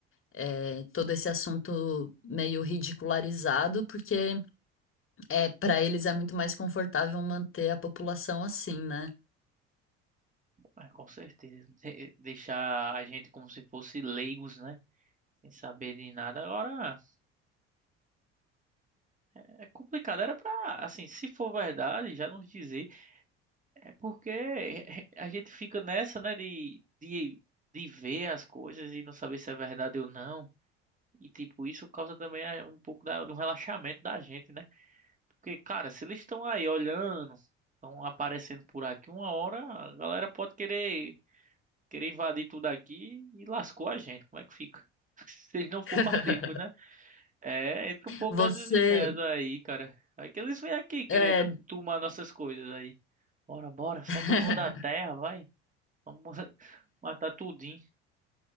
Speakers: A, on the left; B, on the right.
A: eh, todo esse assunto meio ridicularizado, porque é, para eles é muito mais confortável manter a população assim, né?
B: Mas com certeza. de- Deixar a gente como se fosse leigos, né? Sem saber de nada. Agora, é complicado. Era pra, assim, se for verdade, já nos dizer. É porque é, é, a gente fica nessa, né, de, de, de ver as coisas e não saber se é verdade ou não. E, tipo, isso causa também eh, um pouco da- do relaxamento da gente, né? Porque, cara, se eles estão aí olhando, estão aparecendo por aqui, uma hora a galera pode querer, querer invadir tudo aqui e lascou a gente. Como é que fica? <laughs> Se eles não for
A: <laughs>
B: pacíficos, né? É, entra um pouco
A: Você,
B: dessas ideias aí, cara. Aí que eles vêm aqui querer
A: é,
B: tomar nossas coisas aí. Bora, bora, sai
A: <laughs>
B: todo mundo da terra, vai. Vamos <laughs> ma- matar tudinho.